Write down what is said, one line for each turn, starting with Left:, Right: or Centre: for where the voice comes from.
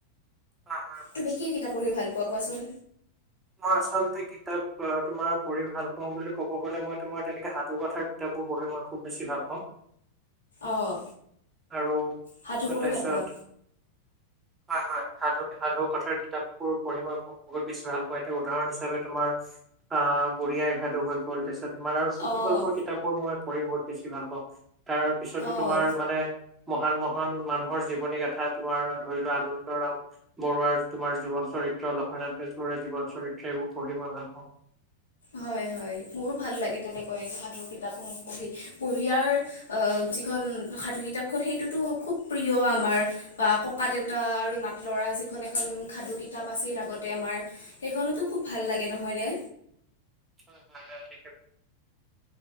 Right: হয় হয় অৱশ্যে।
Left: তুমি কি কিতাপ পঢ়ি ভাল পোৱা কোৱাচোন?
Right: মই আচলতে কিতাপ তোমাৰ পঢ়ি ভাল পাওঁ বুলি ক'ব গ'লে মই তোমাৰ তেনেকে সাধু কথা কিতাপ পঢ়ি মই খুব বেছি ভাল পাওঁ।
Left: অঁ
Right: আৰু
Left: সাধু পঢ়ি
Right: তাৰপিছত
Left: ভাল পোৱা
Right: হয় হয় সাধু সাধু কথাৰ কিতাপ বোৰ পঢ়ি মই ব বহুত বেছি ভাল এতিয়া উদাহৰণ হিচাপে তোমাৰ আহ বুঢ়িয়াই সাধু হৈ গ'ল তাৰপিছত তোমাৰ আৰু চুটী
Left: অঁ
Right: গল্পৰ কিতাপবোৰ মই পঢ়ি বহুত বেছি ভাল পাওঁ। তাৰ পিছতো
Left: অঁ
Right: তোমাৰ মানে মহান মহান মানুহৰ জীৱনী গাথা তোমাৰ ধৰি লোৱা আনন্দৰাম বৰুৱাৰ তোমাৰ জীৱন চ চৰিত্ৰ লক্ষ্মীনাথ বেজবৰুৱা জীৱন চৰিত্ৰ এইবোৰ পঢ়ি মই ভাল পাওঁ।
Left: হয় হয়। হয় মোৰো ভাল লাগে তেনেকৈ সাধুৰ কিতাপসমূহ পঢ়ি বুঢ়িয়াৰ আহ যিখন সাধু কিতাপখন সেইটোতো খুব প্ৰিয় আমাৰ বা ককা দেউতা আৰু মাতি ল'ৰা যিখন এখন সাধু কিতাপ আছিল আগতে আমাৰ সেইখনতো খুব ভাল লাগে নহয় নে?
Right: হয় হয় থিকে।